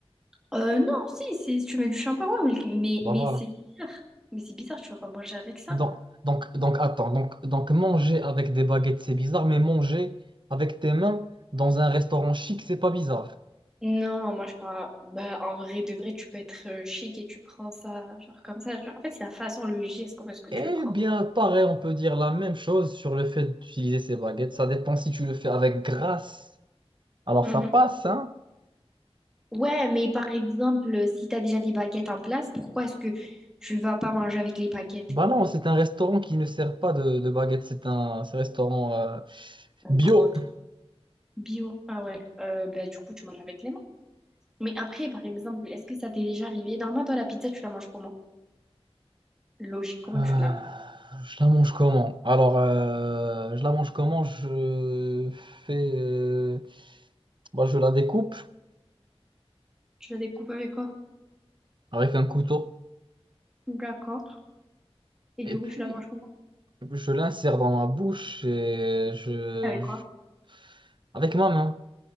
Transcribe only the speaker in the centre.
Euh, non, si, c'est, tu mets du shampoing, ouais, mais,
mais mais
c'est bizarre. Mais c'est bizarre, tu vas pas manger avec ça.
Non, moi je parle. Bah, en vrai, de vrai, tu peux être euh, chic et tu prends ça, genre comme ça. tu vois. En fait, c'est la façon, le geste, comment est-ce que
tu le prends.
Mhm.
Ouais, mais par exemple, si t'as déjà des baguettes en place, pourquoi est-ce que tu vas pas manger avec les baguettes?
Entre
autres. Bio. Ah ouais. Euh, bah, du coup, tu manges avec les mains. Mais après, par exemple, est-ce que ça t'est déjà arrivé? Normalement, toi, la pizza, tu la manges comment? Logique, comment
tu la...
Tu la découpes avec quoi?
D'accord. Et
du coup,
tu la manges comment?
Avec quoi?